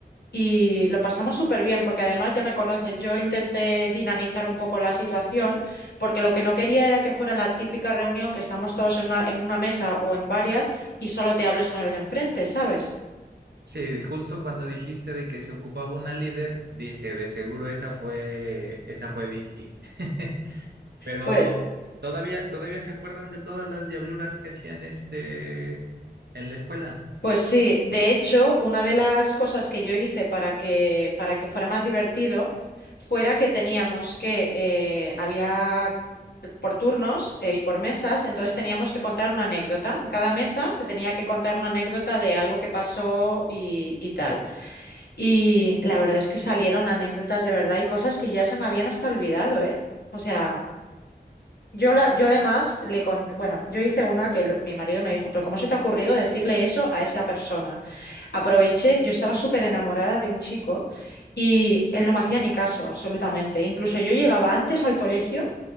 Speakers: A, on the left; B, on the right.
A: y lo pasamos súper bien, porque además ya me conoces, yo intenté dinamizar un poco la situación, porque lo que no quería era que fuera la típica reunión que estamos todos en una, en una mesa o en varias y solo te hables con el de enfrente, ¿sabes?
B: Sí, justo cuando dijiste de que se ocupaba una líder, dije, de seguro esa fue, esa fue Vicky. <laughs> Pero
A: pues
B: todavía, todavía se acuerdan de todas las diabluras que hacían este en la escuela.
A: Pues sí, de hecho, una de las cosas que yo hice para que, para que fuera más divertido fuera que teníamos que, eh, había por turnos eh, y por mesas, entonces teníamos que contar una anécdota. En cada mesa se tenía que contar una anécdota de algo que pasó y, y tal. Y la verdad es que salieron anécdotas de verdad y cosas que ya se me habían hasta olvidado, ¿eh? O sea... Yo, la, yo además le cont- bueno, yo hice una que lo- mi marido me dijo, pero ¿cómo se te ha ocurrido decirle eso a esa persona? aproveché, yo estaba súper enamorada de un chico y él no me hacía ni caso, absolutamente. Incluso yo llegaba antes al colegio